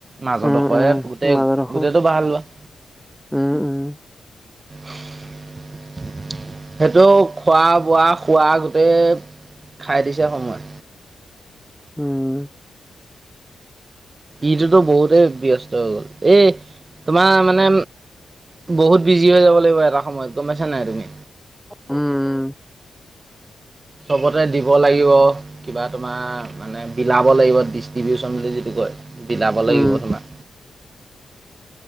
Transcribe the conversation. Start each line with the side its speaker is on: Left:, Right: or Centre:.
Right: মাজৰডোখৰে
Centre: উম, উম,
Right: গোটেই
Centre: মাজৰডোখৰ
Right: গোটেইটো ভাল লোৱা।
Centre: উম উম,
Right: অ <unintelligible> সেইটো খোৱা বোৱা খোৱা গোতেই - খাই দিছে সময়,
Centre: উম,
Right: ইটোতো বহুতে ব্যস্ত হৈ গ'ল এই তোমাৰ মানে বহুত বিজি হৈ যাব লাগিব এটা সময়ত, গম পাইছা নাই তুমি?
Centre: উম,
Right: চবতে দিব লাগিব কিবা তোমাৰ মানে বিলাব লাগিব ডিষ্ট্ৰিবউচন বুলি যিটো কয়। বিলাব লাগিব
Centre: উম,
Right: তোমাক।